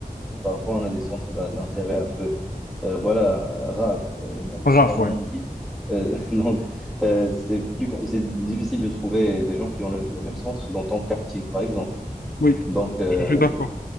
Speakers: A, in the centre; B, on the left.
A: euh, parfois on a des centres d'in- d'intérêt un peu, euh, voilà, rares, euh, là
B: rare,
A: là où on
B: ouais.
A: vit. Euh, <laughs> donc, euh, c'est plus, com- c'est difficile de trouver des gens qui ont le- les mêmes centres dans ton quartier, par exemple.
B: Oui,
A: Donc, euh,
B: je suis d'accord.